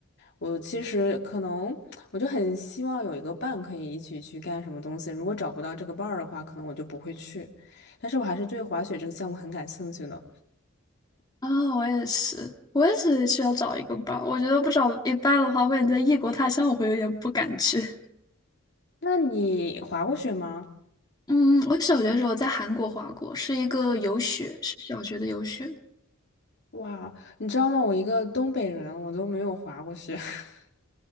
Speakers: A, on the left (about 55°); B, on the left (about 20°).
A: 我其实可能我就很希望有一个伴可以一起去干什么东西，如果找不到这个伴儿的话，可能我就不会去。但是我还是对滑雪这个项目很感兴趣的。
B: 啊、我也是，我也是需要找一个伴儿。我觉得不找一伴的话，我感觉在异国他乡我会有点不敢去。
A: 那你滑过雪吗？
B: 嗯，我小学的时候在韩国滑过，是一个游学，是小学的游学。
A: 哇，你知道吗？我一个东北人，我都没有滑过雪。<laughs>